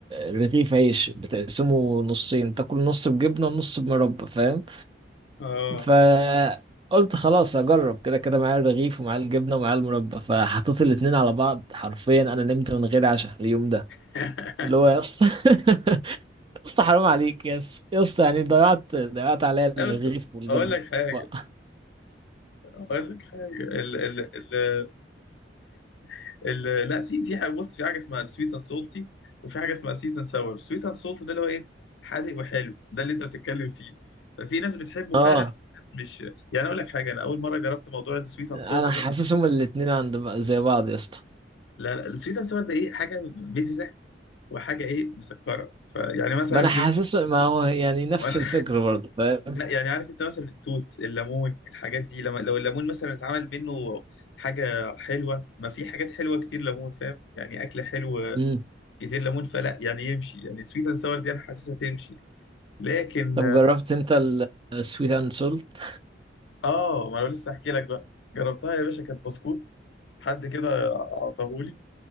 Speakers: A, on the right; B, on the left.
A: رغيف عيش بتقسمه نصين تاكل نص بجبنة ونص بمربى فاهم
B: <laughs> اه
A: فقلت خلاص هجرب كده كده معايا الرغيف ومعايا الجبنة ومعايا المربى فحطيت الاتنين على بعض حرفيا انا نمت من غير عشاء اليوم ده
B: <laughs>
A: اللي هو يا اسطى <laughs> اسطى حرام عليك يا اسطى يا اسطى يعني ضيعت ضيعت عليا الرغيف
B: لا بس
A: والجبن
B: اقول لك حاجه
A: بقى.
B: اقول لك حاجه ال ال ال <laughs> ال لا في في حاجه بص في حاجه اسمها سويت اند سولتي وفي حاجه اسمها سيت اند ساور سويت اند سولت ده اللي هو ايه حادق وحلو ده اللي انت بتتكلم فيه ففي ناس بتحبه
A: اه
B: فعلا وفي ناس مش يعني اقول لك حاجه انا اول مره جربت موضوع السويت اند
A: انا
B: سولت
A: حاسسهم
B: ده
A: الاتنين عند بق- زي بعض يا اسطى
B: لا لا السويت اند ساور ده ايه حاجه مززه وحاجه ايه مسكره فيعني مثلا
A: ما انا حاسس
B: ايه
A: ما هو يعني نفس
B: وانا
A: الفكر برضه فاهم
B: لا يعني عارف انت مثلا التوت الليمون الحاجات دي لما لو الليمون مثلا اتعمل منه حاجة حلوة ما في حاجات حلوة كتير ليمون فاهم يعني أكل حلو
A: امم
B: كتير ليمون فلا يعني يمشي يعني سويت اند ساور دي أنا حاسسها تمشي لكن
A: طب جربت انت السويت اند سولت
B: اه ما انا لسه احكي لك بقى جربتها يا باشا كانت بسكوت حد كده عطاهولي